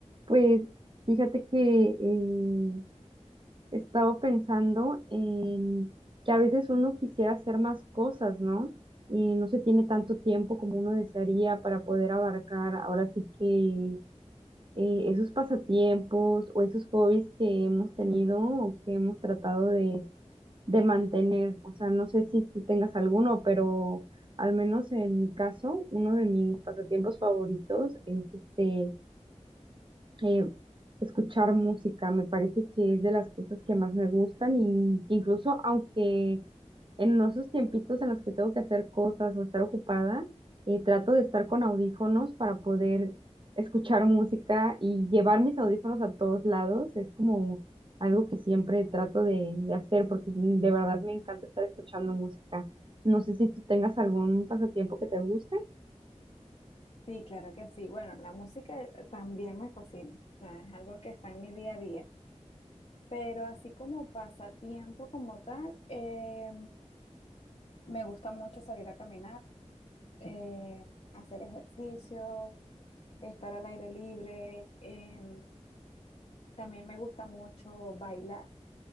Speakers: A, on the right; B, on the left.
A: Pues fíjate que eh, he estado pensando en que a veces uno quisiera hacer más cosas, ¿no? Y no se tiene tanto tiempo como uno desearía para poder abarcar ahora sí que eh, esos pasatiempos o esos hobbies que hemos tenido o que hemos tratado de, de mantener. O sea, no sé si tú tengas alguno, pero al menos en mi caso, uno de mis pasatiempos favoritos es este eh, escuchar música. Me parece que es de las cosas que más me gustan y que incluso aunque en esos tiempitos en los que tengo que hacer cosas o estar ocupada, eh, trato de estar con audífonos para poder escuchar música y llevar mis audífonos a todos lados. Es como algo que siempre trato de, de hacer porque de verdad me encanta estar escuchando música. No sé si tú tengas algún pasatiempo que te guste.
B: Sí, claro que sí. Bueno, la música también me fascina, o sea, es algo que está en mi día a día, pero así como pasatiempo como tal, eh, me gusta mucho salir a caminar, eh, hacer ejercicio, estar al aire libre, eh, también me gusta mucho bailar.